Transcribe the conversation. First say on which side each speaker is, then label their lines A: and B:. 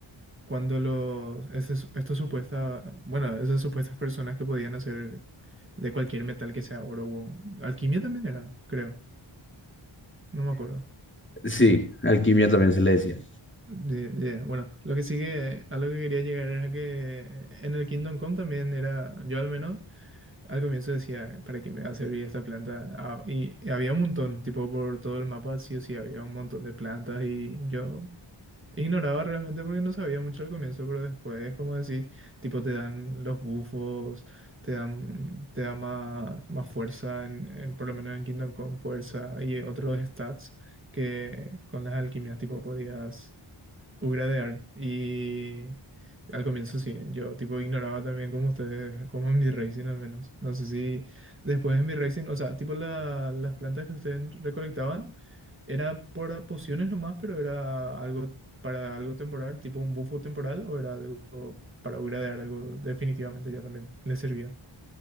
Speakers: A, on the right (about 25°); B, on the left (about 25°).
A: cuando los, ese estos supuestas, bueno, esas supuestas personas que podían hacer de cualquier metal que sea oro o alquimia también era, creo, no me acuerdo.
B: Sí, alquimia también se le decía.
A: Ye- ye, Bueno, lo que sigue, a lo que quería llegar era que en el Kingdom Come también era, yo al menos, al comienzo decía, ¿para qué me va a servir esta planta? Ah, y, y había un montón, tipo por todo el mapa, sí o sí, había un montón de plantas y yo Ignoraba realmente porque no sabía mucho al comienzo, pero después, como decís, tipo te dan los bufos, te dan, te da más, más fuerza, en, en- por lo menos en Kingdom con fuerza y otros stats que con las alquimias tipo podías Ugradear. Y al comienzo sí, yo tipo ignoraba también como ustedes, como en B-Racing al menos. No sé si después en B-Racing, o sea, tipo la- las plantas que ustedes recolectaban, era por pociones nomás, pero era algo para algo temporal, tipo un bufo temporal, o era algo para ugradear, algo definitivamente ya también les servía.